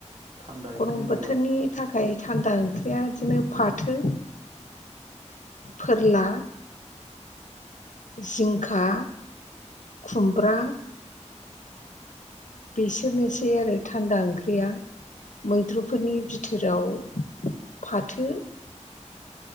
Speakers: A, on the right; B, on the left.
A: थान्दा ओंख्रि
B: गरम
A: होनोबा
B: बोथोरनि थाखाय थान्दा ओंख्रिया बिदिनो फाथो फोरला जिंखा खुमब्रा बिसोरनोसै आरो थान्दा ओंख्रिया। मैद्रुफोरनि बिथोराव फाथो